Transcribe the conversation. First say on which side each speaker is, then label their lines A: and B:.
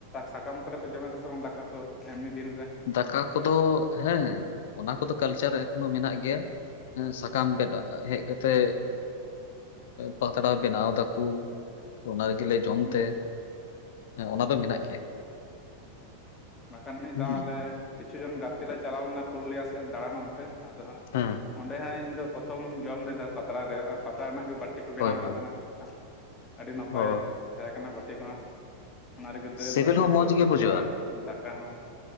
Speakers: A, on the left; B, on the left.
A: ᱥᱟᱠᱟᱢ ᱠᱚᱨᱮ ᱠᱚ ᱡᱚᱢᱮᱫᱟ ᱥᱮ ᱵᱟᱝ ᱫᱟᱠᱟ ᱠᱚ ᱮᱢᱱᱤ ᱫᱤᱱ ᱨᱮ
B: ᱫᱟᱠᱟ ᱠᱚᱫᱚ ᱦᱮᱸ ᱚᱱᱟ ᱠᱚᱫᱚ ᱠᱟᱞᱪᱟᱨ ᱮᱠᱷᱚᱱᱳ ᱢᱮᱱᱟᱜ ᱜᱮᱭᱟ ᱥᱟᱠᱟᱢ <inaudible> ᱦᱮᱡ ᱠᱟᱛᱮᱜ ᱯᱟᱛᱲᱟ ᱵᱮᱱᱟᱣ ᱫᱟᱠᱚ ᱚᱱᱟ ᱨᱮᱜᱮ ᱞᱮ ᱡᱚᱢ
A: ᱦᱩᱸ
B: ᱛᱮ ᱦᱮᱸ ᱚᱱᱟ ᱫᱚ ᱢᱮᱱᱟᱜ ᱜᱮᱭᱟ
A: ᱵᱟᱠᱷᱟᱱ ᱢᱤᱫ
B: ᱦᱩᱸ᱾
A: ᱫᱷᱟᱣ ᱟᱞᱮ ᱠᱤᱪᱷᱩ ᱡᱚᱱ ᱜᱟᱛᱮ ᱞᱮ ᱪᱟᱞᱟᱣ ᱞᱮᱱᱟ ᱯᱩᱨᱩᱞᱤᱭᱟᱹ ᱥᱮᱫ ᱫᱟᱬᱟᱱ ᱚᱱᱛᱮ ᱟᱫᱚ ᱦᱟᱸᱜ
B: ᱦᱮᱸ
A: ᱚᱸᱰᱮ ᱦᱟᱸᱜ ᱤᱧ ᱫᱚ ᱯᱨᱚᱛᱷᱚᱢᱧ ᱡᱚᱢ ᱞᱮᱫᱟ ᱯᱟᱛᱲᱟ ᱨᱮ ᱯᱟᱛᱲᱟ ᱨᱮᱱᱟᱜ ᱜᱮ ᱵᱟᱼᱼ ᱵᱟᱴᱤ ᱠᱚ ᱵᱮᱱᱟᱣ
B: ᱦᱳᱭ
A: ᱟᱠᱟᱫ
B: ᱦᱳᱭ
A: ᱛᱟᱦᱮᱱᱟ ᱟᱹᱰᱤ ᱱᱟᱯᱟᱭ
B: ᱚ
A: ᱛᱟᱦᱮᱸ ᱠᱟᱱᱟ ᱵᱟᱹᱴᱤ ᱢᱟ ᱚᱱᱟ ᱨᱮᱜᱮ ᱫᱟᱹᱞ
B: ᱥᱤᱵᱤᱞ
A: ᱨᱟᱥᱮ
B: ᱦᱚᱸ ᱢᱚᱸᱡᱽ
A: ᱥᱚᱵᱡᱤ
B: ᱜᱮ ᱵᱩᱡᱷᱟᱹᱜᱼᱟ
A: ᱠᱚ ᱟᱨ ᱫᱟᱠᱟ ᱦᱚᱸ